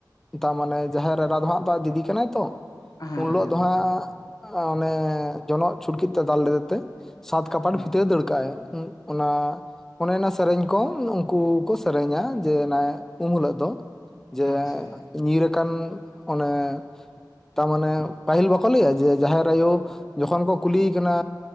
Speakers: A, in the centre; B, on the left (about 55°).
A: ᱛᱟ ᱢᱟᱱᱮ ᱡᱟᱦᱮᱨ ᱮᱨᱟ ᱫᱚ ᱦᱟᱸᱜ ᱛᱚ ᱟᱡ ᱫᱤᱫᱤ ᱠᱟᱱᱟᱭ ᱛᱚ,
B: ᱦᱮᱸ
A: ᱩᱱ ᱦᱤᱞᱳᱜ ᱫᱚ ᱦᱟᱸᱜ ᱚᱱᱮ ᱡᱚᱱᱚᱜ ᱪᱷᱩᱴᱠᱤᱜ ᱛᱮ ᱫᱟᱞ ᱞᱮᱫᱮ ᱛᱮᱼᱼ ᱥᱟᱛ ᱠᱟᱯᱟᱴ
B: ᱦᱮᱸ
A: ᱵᱷᱤᱛᱟᱹᱨᱮ ᱫᱟᱹᱲ ᱠᱟᱜ-ᱟᱭ, ᱩᱱ ᱚᱱᱟᱼᱼ ᱚᱱᱮ ᱚᱱᱟ ᱥᱮᱨᱮᱧ ᱠᱚ ᱩᱱᱠᱩ ᱠᱚ ᱥᱮᱨᱮᱧᱟ ᱡᱮ ᱚᱱᱮ ᱩᱢ ᱦᱳᱞᱳᱜ ᱫᱚᱼᱼ ᱡᱮ
B: ᱟᱪᱪᱷᱟ
A: ᱧᱤᱨ ᱟᱠᱟᱱ ᱚᱱᱮᱼᱼ ᱛᱟᱢᱟᱱᱮ ᱯᱟᱹᱦᱤᱞ ᱵᱟᱠᱚ ᱞᱟᱹᱭᱟ ᱡᱮ ᱡᱟᱸᱦᱮᱨ ᱟᱭᱳ ᱡᱚᱠᱷᱚᱱ ᱠᱚ ᱠᱩᱞᱤᱭᱮ ᱠᱟᱱᱟᱼᱼ